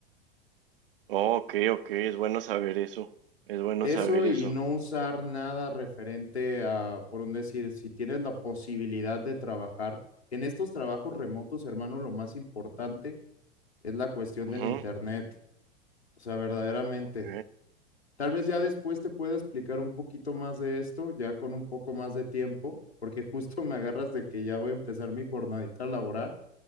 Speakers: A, on the right (about 55°); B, on the left (about 75°).
A: Oh, ok, ok, es bueno saber eso, es bueno
B: Eso
A: saber
B: y
A: eso.
B: no usar nada referente a, por un decir, si tienes la posibilidad de trabajar en estos trabajos remotos, hermano, lo más importante es la cuestión
A: Ujú,
B: del internet. O sea, verdaderamente.
A: ok,
B: Tal vez ya después te pueda explicar un poquito más de esto, ya con un poco más de tiempo, porque justo me agarras de que ya voy a empezar mi jornadita laboral,